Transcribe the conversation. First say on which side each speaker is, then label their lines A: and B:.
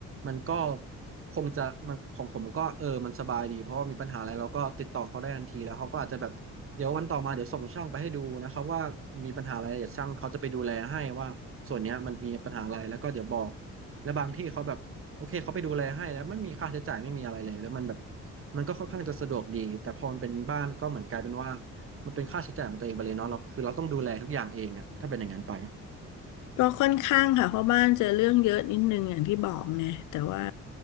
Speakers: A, on the right; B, on the left.
A: มันก็คงจะมันของผมก็เออมันสบายดีเพราะว่ามีปัญหาอะไรเราก็ติดต่อเขาได้ทันทีแล้วเขาก็อาจจะแบบเดี๋ยววันต่อมาเดี๋ยวส่งช่างไปให้ดูนะครับว่ามีปัญหาอะไรเดี๋ยวช่างเขาจะไปดูแลให้ว่าส่วนเนี้ยมันมีปัญหาอะไรแล้วก็เดี๋ยวบอกและบางที่เขาแบบโอเคเขาไปดูแลให้แล้วไม่มีค่าใช้จ่ายไม่มีอะไรเลยแล้วมันแบบมันก็ค่อนข้างจะสะดวกดีแต่พอมันเป็นบ้านก็เหมือนกลายเป็นว่า มันเป็นค่าใช้จ่ายของตัวเองไปเลยเนาะเราคือเราต้องดูแลทุกอย่างเองอะถ้าเป็นอย่างนั้นไป
B: ก็ค่อนข้างค่ะเพราะบ้านเจอเรื่องเยอะนิดนึงอย่างที่บอกไงแต่ว่า